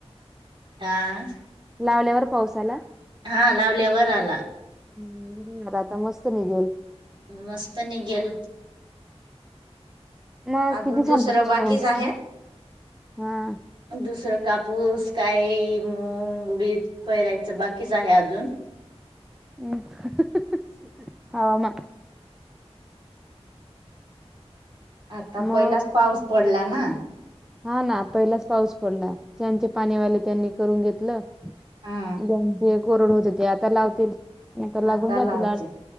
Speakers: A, on the right; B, in the centre.
A: आ?
B: लावल्यावर, पाऊस आला?
A: हा, लावल्यावर आला.
B: हम्म. बर, आता मस्त निघेल.
A: मस्त निगेल
B: मग
A: अजून
B: किती
A: दुसरं,
B: छान पाऊस
A: बाकीचं
B: पडत होता.
A: आहे.
B: हा
A: दुसरं, कापूस काई मुंग, उडीद पेरायचं, बाकीच आहे अजून.
B: अं <unintelligible> हाव माय.
A: आता
B: मग
A: पहिलाच पाऊस पडला ना?
B: हा, ना. पहिलाच पाऊस पडला. ज्यांचे पाणीवाले त्यांनी, करून घेतलं‌.
A: हा.
B: पण जे कोरड होते, ते आता लावतील. नाही तर लागून
A: आता
B: जातील
A: लावची.
B: आज